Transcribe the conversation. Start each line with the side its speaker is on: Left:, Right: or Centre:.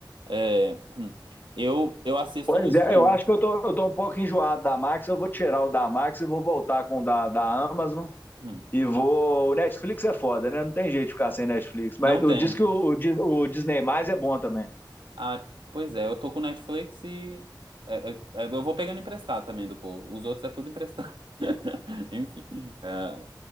Right: É, hum. eu, eu assisto
Left: Pois
Right: no streaming.
Left: é, eu acho que eu tô, eu tô um pouco enjoado da Max. Eu vou tirar o da Max e vou voltar com o da, da Amazon.
Right: Hum.
Left: E vou.
Right: Eu-
Left: O Netflix é foda, né? Não tem jeito de ficar sem Netflix. Mas
Right: não
Left: o-
Right: tem.
Left: diz que o, o Di- o Disney Mais é bom também.
Right: Ah, pois é, eu tô com Netflix e é, eu, eu vou pegando emprestado também do povo. Os outros é tudo emprestado. <laughs> Enfim. é.